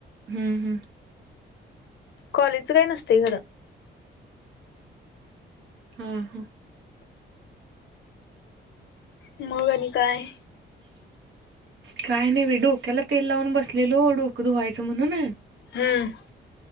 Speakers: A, on the right (about 75°); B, on the left (about 70°).
A: हम्, हम्.
B: कॉलेजच काय नसतय खरं.
A: हम्म, हम्.
B: मग आणि काय?
A: <inaudible> काय नाही बाई डोक्याला तेल लावून बसलेलो डोकं धुवायचं म्हणून.
B: हम्म.